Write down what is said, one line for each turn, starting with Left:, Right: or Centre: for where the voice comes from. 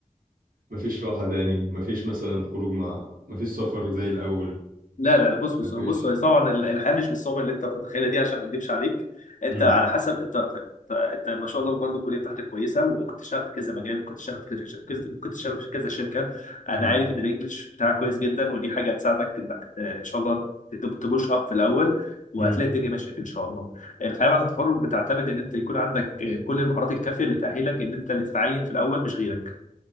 Right: مفيش راحة تاني مفيش مثلا خروج مع مفيش سفر زي الاول
Left: لا لا بص
Right: مفيش
Left: بص بص هو طبعا الحياه مش بالصعوبه اللي انت متخيلها دي عشان ما اكدبش عليك انت
Right: امم
Left: على حسب انت انت, انت ما شاء الله برضه الكليه بتاعتك كويسه وممكن تشتغل في كذا مجال ممكن تشتغل في كذا كذا- ممكن تشتغل في كذا شركه انا
Right: امم
Left: عارف ان الانجليش بتاعك كويس جدا ودي حاجه هتساعدك انك آه، ان شاء الله تب- تبوش اب في الاول وهتلاقي
Right: امم
Left: الدنيا مشيت ان شاء الله الحياه بعد التخرج بتعتمد ان انت يكون عندك آه، كل المهارات الكافيه اللي تاهلك ان انت اللي تتعين في الاول مش غيرك